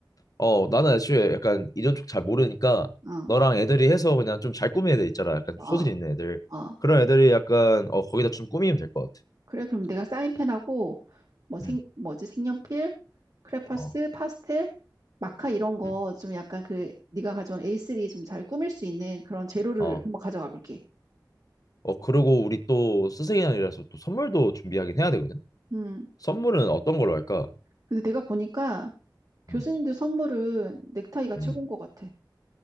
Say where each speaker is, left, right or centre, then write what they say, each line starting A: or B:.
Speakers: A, on the left (about 50°); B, on the right (about 55°).
A: 어, 나는 애초에 약간 이런 쪽 잘 모르니까
B: 어,
A: 너랑 애들이 해서 그냥 좀 잘 꾸민 애들 있잖아. 약간
B: 어,
A: 소질 있는 애들.
B: 어.
A: 그런 애들이 약간 어, 거기다 좀 꾸미면 될 것 같아.
B: 그래, 그럼 내가 사인펜하고, 뭐 생,
A: 응,
B: 뭐지, 색연필, 크레파스,
A: 어,
B: 파스텔, 마카 이런 거
A: 응,
B: 좀 약간 그, 네가 가져온 A3 좀 잘 꾸밀 수 있는 그런 재료를
A: 어.
B: 한번 가져가 볼게.
A: 어, 그리고 우리 또 스승의 날이라서 또 선물도 준비하긴 해야 되거든.
B: 음,
A: 선물은 어떤 걸로 할까?
B: 근데 내가 보니까 교수님들
A: 음,
B: 선물은 넥타이가 최고인
A: 음.
B: 것 같아.